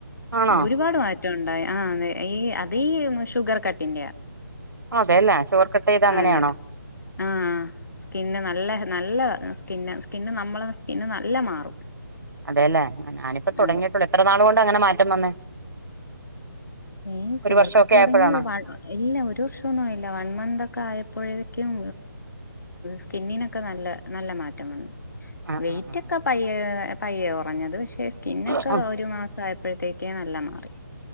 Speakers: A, on the right; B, on the left.
A: ആണോ
B: ഒരുപാട് മാറ്റണ്ടായി ആ അതെ ഇ അത്‌ ഇ ഷുഗർ കട്ടിന്റെ
A: അതെല്ലേ ഷുഗർ കട്ട് ചെയ്താ അങ്ങനെയാണോ
B: അതെ ആ സ്കിൻ നല്ല നല്ല സ്കിന്ന് സ്കിന്ന് നമ്മളെ സ്കിന്ന് നല്ല മാറും
A: അതെയല്ലേ ആ ഞാനിപ്പ തുടങ്ങിട്ടേയുള്ളൂ
B: അതെ
A: എത്ര നാള് കൊണ്ടാ അങ്ങനെ മാറ്റം വന്നേ
B: ഏ ഷുഗർ
A: ഒരു വർഷമൊക്കെ
B: കട്ട് തുടങ്ങി
A: ആയപ്പോഴാണോ
B: വ ഇല്ല ഒരു വർഷം ഒന്നുമായില്ല വൺ മന്ത് ഒക്കെ ആയപ്പോഴേ ക്കും സ്കിന്നിനൊക്കെ നല്ല നല്ല മാറ്റം വന്നു
A: ആ
B: വെയിറ്റൊക്കെ
A: ആ ആ
B: പയ്യെ പയ്യയാ കുറഞ്ഞത് പക്ഷെ സ്കിനൊക്കെ
A: ഉം
B: ഒരു മാസം ആയ പ്പോഴത്തേക്കും നല്ല മാറി